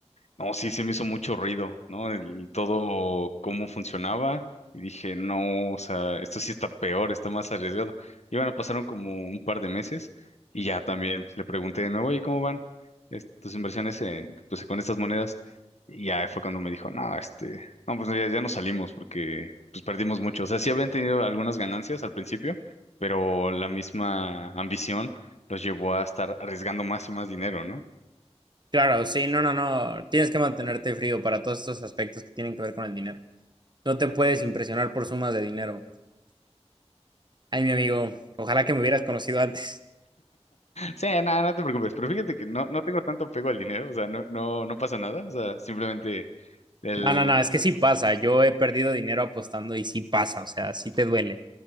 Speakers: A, on the left (about 75°); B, on the right (about 40°).
A: no, sí, sí me hizo mucho ruido, ¿no? El todo cómo funcionaba y dije, no, o sea, esto sí está peor, está más arriesgado. Y bueno, pasaron como un par de meses y ya también le pregunté de nuevo, ¿y cómo van es- tus inversiones en, pues, con estas monedas? Y ya fue cuando me dijo, no, este, no, pues ya, ya nos salimos porque pues perdimos mucho. O sea, sí habían tenido algunas ganancias al principio, pero la misma ambición los llevó a estar arriesgando más y más dinero, ¿no?
B: Claro, sí, no, no, no. Tienes que mantenerte frío para todos estos aspectos que tienen que ver con el dinero. No te puedes impresionar por sumas de dinero. Ay, mi amigo, ojalá que me hubieras conocido antes. <laughs>
A: Sí, nada, no te preocupes, pero fíjate que no, no tengo tanto apego al dinero, o sea, no, no, no pasa nada, o sea, simplemente el...
B: No, no, no, es que sí pasa. Yo he perdido dinero apostando y sí pasa, o sea, sí te duele.